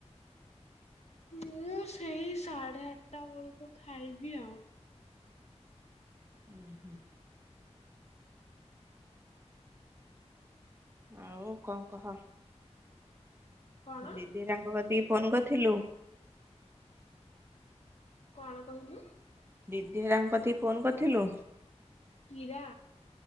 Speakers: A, on the left; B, on the right.
A: ମୁଁ ସେଇ ସାଢ଼େ ଆଠଟା ବେଳକୁ ଖାଇବି ଆଉ।
B: ହୁଁ ହୁଁ। ଆଉ କଣ କହ।
A: କଣ
B: ଦିଦି ହରିଆଙ୍କ କତିକି ଫୋନ କରିଥିଲୁ?
A: କଣ କହିଲୁ?
B: ଦିିଦି ହରିଆଙ୍କ କତିକି ଫୋନ କରିଥିଲୁ?
A: କୀରା।